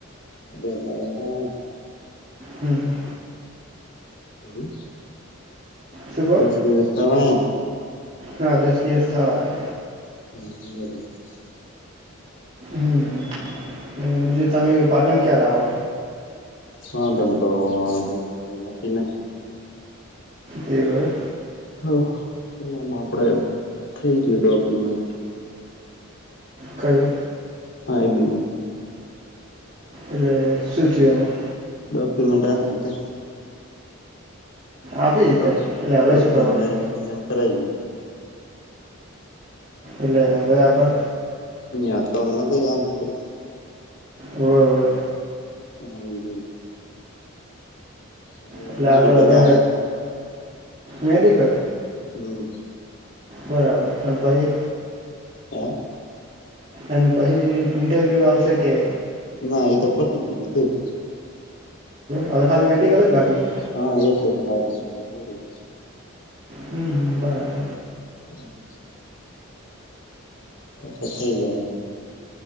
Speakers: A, on the left; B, on the right.
A: બ લ તો <unintelligible>
B: હમ હમ.
A: હમ
B: શું કહો
A: દસ દિવસ તમે
B: હા દસ દિવસ થવા આયા.
A: હમ
B: હમ અને બીજું તમે પાટણ ક્યારે આવો.
A: પણ તન તો આજ કોઈ નક્કી નહી.
B: એવું હે.
A: હા પેલાં મા આપડે થઇ ગયું ડોક્યુમેન્ટ
B: કઈ.
A: આ બી યુ ફ.
B: એટલે શું થયું આમાં.
A: ડોક્યુમેન્ટન્ટ આલ દિધા.
B: આપી
A: ડોક
B: દીધો એટલે હવે
A: ડોક્યુમેન્ટ
B: શું કરવાનું
A: વેરિફિકેશન કરાયું.
B: એલે હવે આગળ
A: હીયા તો તો ગયા પ
B: હોવે હોવે.
A: હાજી. હ
B: એટલે
A: મેદીકલાસ
B: આગળ હવે મેડિકલ
A: હમ.
B: બરાબર પણ પહી.
A: હો.
B: અન પછી ઇન્ટરવ્યુ આવશે કે.
A: ના એતો પટી ગયું બધું.
B: હવે ખાલી મેડિકલ જ બાકી છે.
A: હા એટલું જ બાજુ પછે પૂરું.
B: હમ બરાબર.
A: હમ. કથે જાવ.